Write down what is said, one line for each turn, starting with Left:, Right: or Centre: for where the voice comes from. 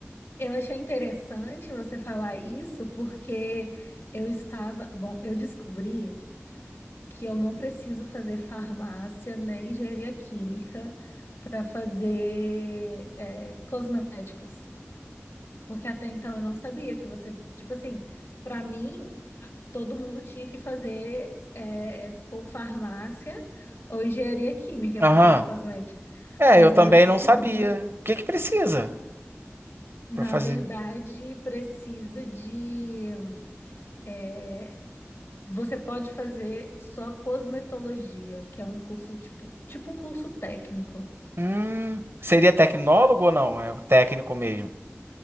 Left: eu achei interessante você falar isso porque eu estava, bom, eu descobri que eu não preciso fazer farmácia nem engenharia química para fazer é, cosméticos. Porque até então eu não sabia que você, tipo assim, para mim, a- todo mundo tinha que fazer é, ou farmácia ou engenharia química
Right: Aham.
Left: para fazer cosmético.
Right: É,
Left: Aí
Right: eu
Left: agora
Right: também
Left: eu descobri,
Right: não sabia. O que que precisa
Left: na
Right: pra fazer?
Left: verdade, precisa de eh, Você pode fazer só cosmetologia, que é um curso tipo, tipo um curso técnico.
Right: Hum, seria tecnólogo ou não? É o técnico mesmo.